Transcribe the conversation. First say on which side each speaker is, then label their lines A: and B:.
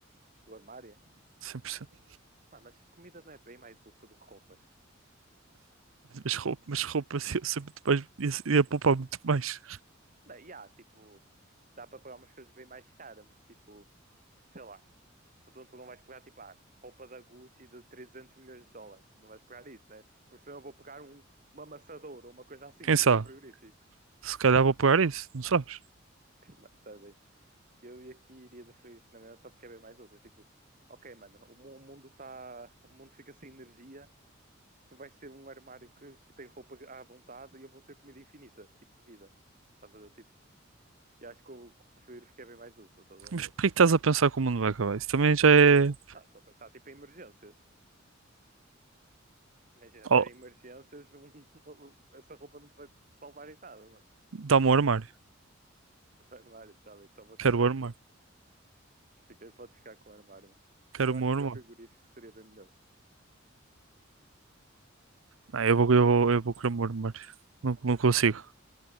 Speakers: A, on the right (about 40°); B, on the right (about 85°).
A: O armário?
B: 100%.
A: Mano, mas comida não é bem mais útil do que roupas.
B: Mas roupa, mas roupa assim, eu sei muito mais, ia, ia poupar muito mais.
A: Não, e há, tipo, dá para pagar umas coisas bem mais caras, mas tipo, sei lá, tu, tu tu não vais pegar tipo, ah, roupa da Gucci de 300 milhões de dólares, tipo, não vais pegar isso, né? Porque senão eu vou pegar um, uma amassadora ou uma coisa assim,
B: Quem
A: tipo,
B: sabe?
A: <laughs> ao frigorífico.
B: Se calhar vou pagar isso, não sabes?
A: Mano, tá bem. Eu e aqui iria do frigorífico na mesma só porque é bem mais útil, tipo, ok, mano, o, mu- o mundo tá, o mundo fica sem energia, tu vais ter um armário que tem roupa à vontade e eu vou ter comida infinita e bebida, estás a ver? Tipo, e acho que o, que o frigorífico é bem mais útil, estás
B: Mas porquê que estás a pensar que o mundo vai acabar? Isso também já é.
A: Ah, estou a pensar tipo em emergências. Imagina ter
B: Oh,
A: emergências, num... <laughs> essa roupa não te vai salvar em nada, mano.
B: dá-me o armário.
A: O armário, está bem, toma o
B: Quero
A: teu armário.
B: o armário.
A: Fica, podes ficar com o armário. mano.
B: Quero
A: Eu
B: o
A: acho
B: meu armário.
A: que o frigorífico seria bem melhor.
B: Não, eu vou, eu vou, eu vou querer o meu armário. Não, não consigo.